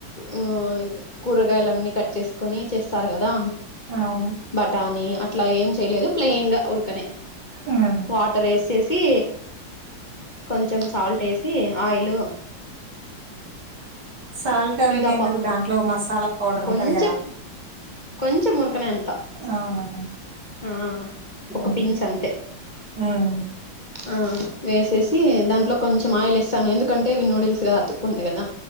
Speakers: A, on the left; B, on the right.
A: ఆ కూరగాయలు అన్నీ కట్ చేసుకొని చేస్తారు కదా
B: అవును
A: బఠానీ అట్లా ఏం చేయలేదు ప్లెయిన్ గా ఉరకనే
B: ఉమ్.
A: వాటర్ ఎసేసి కొంచెం సాల్ట్ ఎసి ఆయిలు
B: సాల్ట్ అవన్నీ
A: ఇంకా
B: ఎందుకు
A: ప
B: దాంట్లో మసాలా పౌడర్
A: కొంచెం
B: ఉంటది కదా
A: కొంచెం ఊరకనే అంట
B: అవునా
A: ఆ
B: ఉమ్,
A: ఒక పించ్ అంతే.
B: ఉమ్,
A: ఆ వేసేసి దాంట్లో కొంచెం ఆయిలు వేస్తను, ఎందుకంటే అవి నూడిల్స్గా అతుక్కుంటాయి కదా.